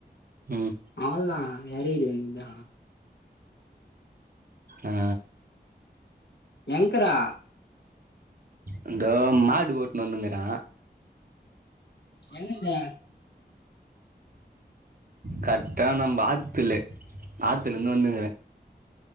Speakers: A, on the right; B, on the left.
A: ம்
B: அவ்ளோதா எறகிற வேண்டுதா
A: ஆ
B: எங்கடா
A: அங்கோ மாடு ஓட்டுணு வந்துக்குற
B: எங்கந்த
A: <inaudible> கரெட்டா நம்ப ஆத்துல ஆத்துல இருந்து வந்து